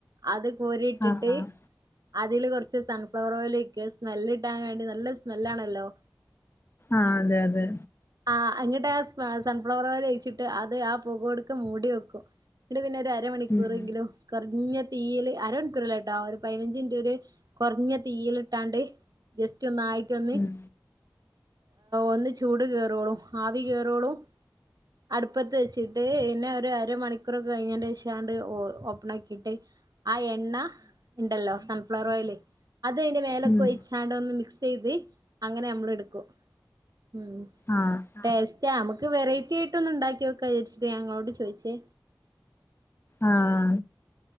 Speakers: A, on the right; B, on the left.
A: അത് കോരി ഇട്ടിട്ട്
B: ആഹ് ആഹ്
A: അതില് കുറച്ച് സൺഫ്ലവർ ഓയിൽ ഒഴിക്കും അത് സ്മെല് കിട്ടാൻ വേണ്ടി നല്ല സ്മെല്ലാണല്ലോ
B: ആ അതെ അതെ
A: ആഹാ അങ്ങിട്ട് ആ സൺഫ്ലവർ ഓയിൽ ഒഴിച്ചിട്ട് അത് ആ പൊക ഓട്ക്കെ മൂടി വെക്കും എന്നിട്ട് പിന്നെ ഒരു അരമണിക്കൂറെങ്കിലും
B: ഉം
A: കുറഞ്ഞ തീയില് അരമണിക്കൂറല്ലേട്ടോ ഒരു പതിനഞ്ചു മിനിറ്റ് ഒരു കുറഞ്ഞ തീയിൽ ഇട്ടാണ്ട് ജസ്റ്റ് ഒന്നായിട്ടൊന്ന്
B: ഉം
A: ഒന്ന് ചൂട് കേറോളും ആവി കേറോളും അടുപ്പത്ത് വെച്ചിട്ട് പിന്നെ ഒരു അരമണിക്കൂറൊക്കെ കഴിഞ്ഞെന്റെ ശേഷണ്ട് ഓപ്പൺ ആക്കിയിട്ട് ആ എണ്ണ ഇണ്ടല്ലോ സൺഫ്ലവർ ഓയില് അത് അതിന്റെ മേലൊക്കെ
B: ഉം
A: ഒയിച്ചോണ്ട് ഒന്ന് മിക്സ് ചെയ്ത് അങ്ങനെ നമ്മൾ എടുക്കും ഉം
B: ആഹ
A: ടേസ്റ്റാ നമക്ക് വെറൈറ്റി ആയിട്ട് ഒന്ന് ഉണ്ടാക്കി വോക്കാ വിചാരിച്ചട്ട് ഞാൻ ഇങ്ങളോട് ചോദിച്ചേ
B: ആഹ